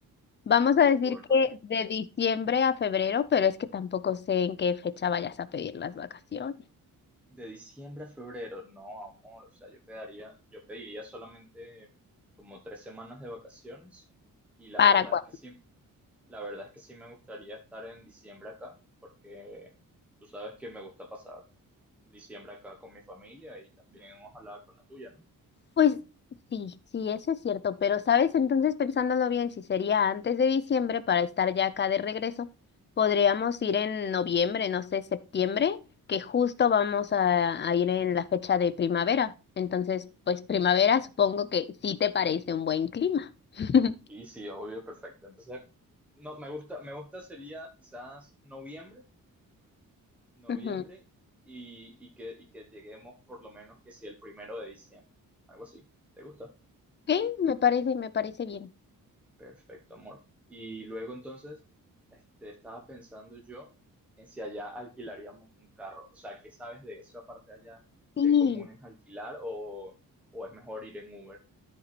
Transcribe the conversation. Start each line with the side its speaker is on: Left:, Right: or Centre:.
Left: Vamos a
Centre: discúlpame.
Left: decir que de diciembre a febrero, pero es que tampoco sé en qué fecha vayas a pedir las vacaciones.
Centre: De diciembre a febrero, no, amor, o sea, yo pediría, yo pediría solamente como tres semanas de vacaciones y la
Left: ¿Para
Centre: verdad
Left: cuándo?
Centre: es que sí. La verdad es que sí me gustaría estar en diciembre acá, porque tú sabes que me gusta pasar diciembre acá con mi familia y también ojalá con la tuya, ¿no?
Left: Pues sí, sí, eso es cierto, pero sabes, entonces pensándolo bien, si sería antes de diciembre para estar ya acá de regreso, podríamos ir en noviembre, no sé, septiembre, que justo vamos a, a ir en la fecha de primavera. Entonces, pues primavera supongo que sí te parece un buen clima. <laughs>
Centre: Y sí, obvio, perfecto. Entonces, no, me gusta, me gusta sería quizás noviembre, noviembre
Left: Ujú.
Centre: y, y que, y que lleguemos por lo menos que si el primero de diciembre, algo así. ¿Te gusta?
Left: Ok, me parece, me parece bien.
Centre: Perfecto, amor. Y luego entonces, este, estaba pensando yo en si allá alquilaríamos un carro. O sea, ¿qué sabes de eso aparte de allá, de
Left: Sí,
Centre: cómo es alquilar o, o es mejor ir en Uber?